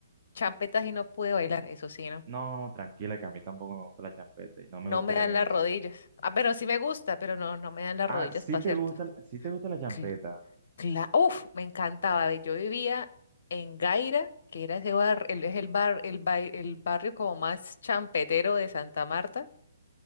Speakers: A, on the left; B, on the right.
A: Champetas y no pude bailar, eso sí, no.
B: No, tranquila, que a mí tampoco me gusta la champeta y no me
A: No
B: gustaría
A: me dan
B: que me
A: las
B: enseñaran.
A: rodillas. Ah, pero sí me gusta, pero no, no me dan las
B: Ah,
A: rodillas
B: sí
A: para hacer
B: te gusta,
A: todo.
B: sí te gusta la champeta.
A: Cla- cla- Uf, me encantaba. ve, Yo vivía en Gaira, que era ese bar, el, es el bar, el, bai- el barrio como más champetero de Santa Marta.